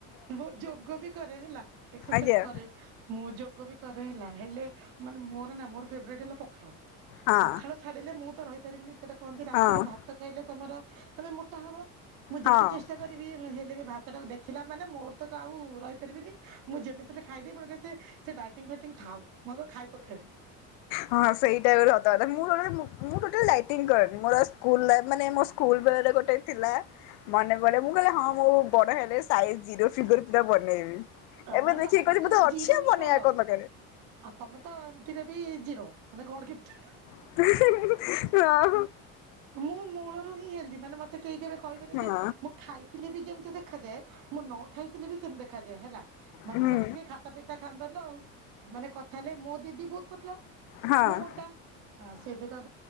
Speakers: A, on the right; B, on the left.
A: ମୁଁ ଯୋଗ ବି କରେ ହେଲା ଏକ୍ସରସାଇଜ
B: ଆଜ୍ଞା
A: କରେ। ମୁଁ ଯୋଗ ବି କରେ ହେଲା ହେଲେ ମାନେ ମୋର ନା ମୋର ଫେବରେଟ ହେଲା ପଖାଳ।
B: ହଁ
A: ପଖାଳ ଛାଡ଼ିଲେ ମୁଁ ତ ରହିପାରିବିନି। ସେଇଟା କୁହନ୍ତି ରାତିରେ
B: ହଁ
A: ଭାତ ଖାଇଲେ ତମର ତୁମେ ମୋଟା ହେବ। ମୁଁ ଯେତେ
B: ହଁ।
A: ଚେଷ୍ଟା କରିବି ହେଲେ ବି ଭାତ୍ ସେଟାକୁ ଦେଖିଲା ମାନେ ମୋର ତ ଆଉ ରହିପାରିବିନି ମୁଁ ଯେମିତିଲେ ଖାଇଦିବି <unintelligible> ସେ ସେ ଡାଇଟିଙ୍ଗ ଫାଇଟିଙ୍ଗ ଥାଉ ମୁଁ ଖାଇ ପଖେ।
B: ହୁଁ ହଁ ସେଇଟା ବି ଗୋଟେ ସତ କଥା ମୁଁ <unintelligible> ମୁଁ ଟୋଟାଲି ଡାଇଟିଙ୍ଗ କରେନି ମୋର ସ୍କୁଲ ଲାଇଟ୍ ମାନେ ମୋ ସ୍କୁଲ ବେଳରେ ଗୋଟେ ଥିଲା ମନେ ପଡେ ମୁଁ କହିଲି ହଁ ମୁଁ ବଡ ହେଲେ ସାଇଜ ଜିରୋ ଫିଗର ପୁରା ବନେଇବି। ଏବେ
A: ଭଲ
B: ଦେଖି
A: ଆଜିକାଲି
B: କଉଚି ବୋଧେ ଅଛି
A: ଜିରୋ
B: ଆ
A: ହିଁ
B: ମନେଇ
A: ଭଲ
B: କଁ ଦର୍
A: ଆଉ ତମେ ତ ଏମିତିରେ ବି ଜିରୋ ମାନେ ଗଡ଼ ଗିଭଟେଡ୍।
B: ହଁ!
A: ମୁଁ ମୂଳରୁ ହିଁ ହେଲ୍ଦି ମାନେ ମତେ କେହି କେବେ କହିବେନି
B: ହଁ
A: ଯେ ମୁଁ ଖାଇ ଥିଲେ ବି ଯେମିତି ଦେଖାଯାଏ ମୁଁ ନ ଖାଇଥିଲେ ବି ସେମିତି ଦେଖାଯାଏ ହେଲା ମତେ
B: ହୁଁ
A: ସମସ୍ତେ ଖା ଖତା ପିତା ଖାନ୍ତାନା ଆଉ ମାନେ କଥା ହେଲେ ମୋ ଦିଦି ବହୁତ ପତଲା।
B: ହଁ।
A: ମୁଁ ମୋଟା ସେ <unintelligible> ହ